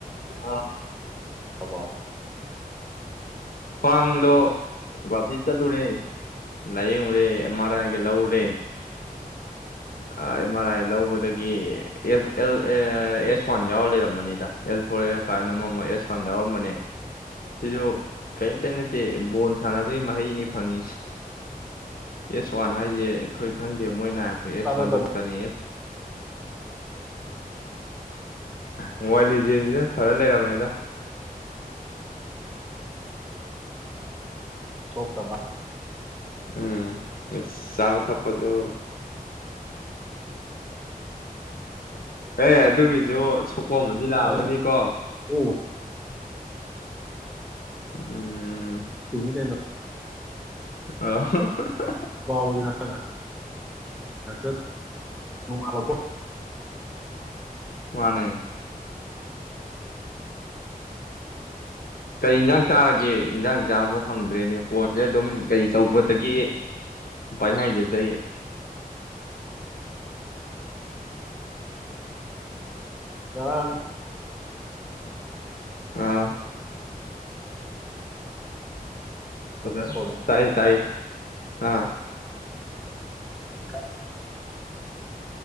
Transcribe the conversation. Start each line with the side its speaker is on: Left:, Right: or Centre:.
Left: ꯑꯥ
Centre: ꯊꯕꯥ
Left: ꯈ꯭ꯋꯥꯡꯗꯣ ꯒꫭꯍꯥꯇꯤ ꯆꯠꯂꯨꯔꯦ꯫ ꯂꯌꯦꯡꯕ ꯌꯦꯡꯑꯦ ꯑꯝ ꯑꯌꯦ ꯑꯥꯏ ꯒꯦꯂꯧꯔꯦ ꯑ ꯑꯦꯝ ꯑꯥꯔ ꯑꯥꯏ ꯂꯧꯕꯗꯒꯤ ꯒꯤ A L A S one ꯌꯥꯎꯔ ꯂꯩꯔꯝꯕꯅꯤꯗ ꯑꯦꯁ ꯐꯣꯔ ꯑꯦꯁ ꯐꯥꯏꯚꯅ ꯑꯃꯃꯛ ꯑꯦꯁ ꯋꯥꯟ ꯌꯥꯎꯔꯝꯕꯅꯦ꯫ ꯁꯤꯁꯨ ꯀꯔꯤꯝꯇ ꯅꯠꯇꯦ ꯕꯣꯜ ꯁꯥꯟꯅꯕꯒꯤ ꯃꯍꯩꯅꯤ ꯐꯪꯉꯤ ꯑꯦꯁ ꯋꯥꯟ ꯍꯥꯏꯁꯦ ꯑꯩꯈꯣꯏ ꯈꯪꯗꯦꯕ꯫ ꯃꯣꯏꯅ ꯍꯥꯏꯔꯛꯄ ꯑꯦꯁ
Centre: ꯀꯥꯟꯅꯗꯕ
Left: ꯋꯥꯟ ꯗꯣꯛꯇꯔꯅꯤꯌꯦ꯫ ꯃꯣꯕꯥꯏꯜ ꯂꯤꯖꯦꯟꯁꯤꯅ ꯐꯔ ꯂꯩꯔꯝꯃꯦꯗ꯫
Centre: ꯁꯣꯛ ꯇꯕ
Left: ꯎꯝ ꯆꯥꯕ ꯊꯛꯄꯁꯨ ꯑꯦ ꯑꯗꯨꯒꯤꯁꯨ ꯁꯣꯄꯣꯝꯝꯕꯗꯤ ꯂꯥꯛꯑꯝꯒꯅꯤꯀꯣ
Centre: ꯍꯣꯏ ꯑꯣ
Left: ꯎꯝ
Centre: ꯇꯨꯅꯤ ꯀꯩꯅꯣ
Left: ꯑ
Centre: ꯋꯥꯎꯜ ꯇ ꯌꯥ ꯃꯃꯔꯣ
Left: ꯃꯅꯦ ꯀꯩꯖꯪ ꯆꯥꯔꯒꯦ ꯏꯟꯖꯥꯡ ꯆꯥꯕꯣ ꯐꯪꯗ꯭ꯔꯦꯅꯦ ꯐꯣꯟꯁꯦ ꯑꯗꯨꯝ ꯀꯩ ꯇꯧꯕꯗꯒꯤ ꯄꯥꯏꯅꯈꯤꯕꯗꯒꯤ
Centre: ꯔꯥꯡ
Left: ꯑꯥ
Centre: ꯀꯩꯅꯣ
Left: ꯑꯗ
Centre: ꯊꯣꯡꯉꯦ
Left: ꯇꯥꯏꯌꯦ ꯇꯥꯏꯌꯦ ꯑꯥ
Centre: ꯎꯝ